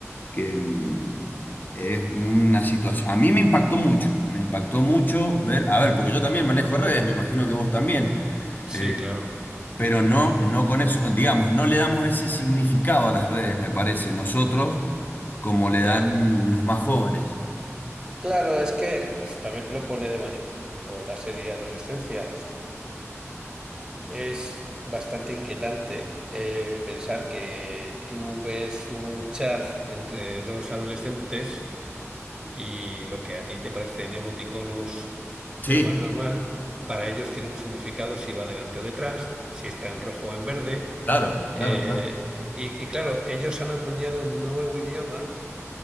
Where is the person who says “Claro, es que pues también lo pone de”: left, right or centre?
Right